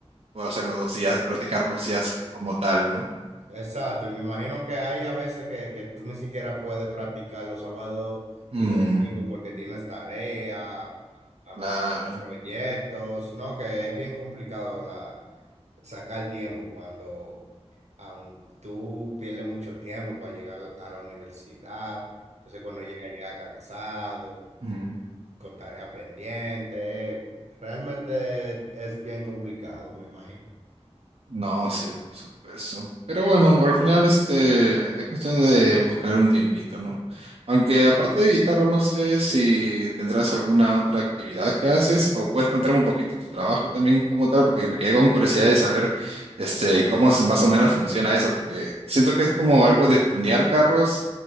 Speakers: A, on the right; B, on the right.
A: puedo hacerlo dos días, practicar dos días como tal, ¿no?
B: exacto. Y me imagino que hay a veces que, que tú ni siquiera puedes practicar los sábados
A: Mm,
B: y los domingos porque tienes tareas, am,
A: claro.
B: proyectos, ¿no? Que es bien complicado la, sacar tiempo cuando... am, tú pierdes mucho tiempo para llegar a la universidad. Entonces, cuando llega, llega cansado,
A: Mm.
B: con tarea pendiente. Realmente es bien complicado, me imagino.
A: No, sí, por supuesto. Pero bueno, al final este es cuestión de buscar un tiempito, ¿no? Aunque aparte de guitarra, no sé si tendrás alguna otra actividad que haces o puedes contarme un poquito tu trabajo también como tal, porque me quedé con curiosidad de saber este cómo es- más o menos funciona eso, porque siento que es como algo de tunear carros,